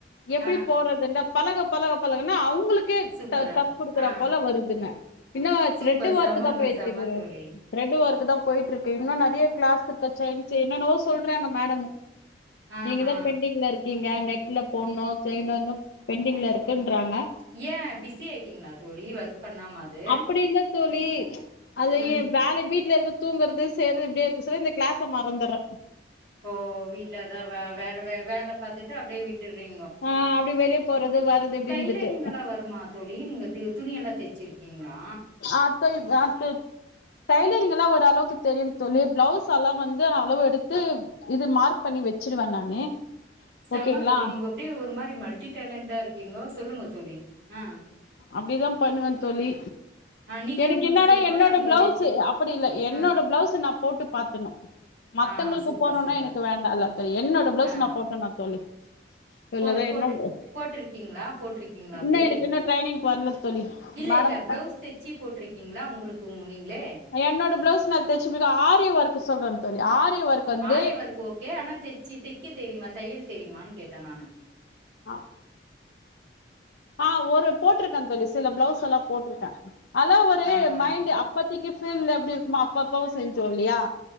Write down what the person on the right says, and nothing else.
ஆ
சூப்பரா
ஆ
சூப்பர்
செமங்க
செம தோழி
ஆஹா
ஏ பிஸி ஆயிட்டிங்ளா தோழி ஒர்க் பண்ணாம அது
ம்
ஓ வீட்ல அதா வ வேற வே வேல பாத்துட்டு அப்டியே விட்டுர்றீங்கோ
டைலரிங்கெல்லா
வருமா தோழி நீங்க து துணியெல்லா தெச்சிருக்கீங்ளா
செம்ம
தோழி நீங்க அப்டியே ஒரு மாரி மல்ட்டி டேலண்ட்டா இருக்கீங்க சொல்லுங்க தோழி ஆ
ஆ நீங்களே
உங்களுக்கு
செல்ஃபா
நீங்க
தெச்சிருக்கி
ஆ
ஆ சூப்பர்
சூப்பர்
ஆ
போடு போட்டு
போட்ருக்கீங்ளா போட்ருக்கீங்ளா அப்டி
இல்ல
இல்ல பிளவ்ஸ் தெச்சு போட்ருக்கீங்ளா உங்களுக்கு உங் நீங்ளே
ஆரி வொர்க் ஓகே ஆனா தெச்சு தெக்க தெரிமா தெய்யல் தெரிமான்னு கேட்டே நானு
ஆ ஆ